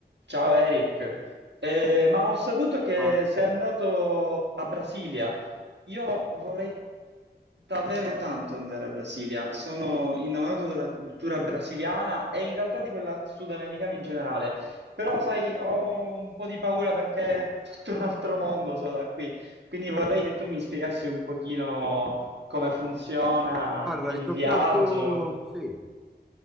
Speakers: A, on the right; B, in the centre.
A: Ciao Eric, Eh, ma ho saputo che
B: Ah,
A: sei andato a Brasilia. Io vorrei davvero tanto andare a Brasilia. Sono innamorato della cultura brasiliana e in realtà di quella sudamericana in generale. Però, sai, ho un po' di paura perché è tutto un altro mondo solo da qui. Quindi vorrei che tu mi spiegassi un pochino come funziona
B: guarda,
A: il
B: hai toccato,
A: viaggio.
B: sì,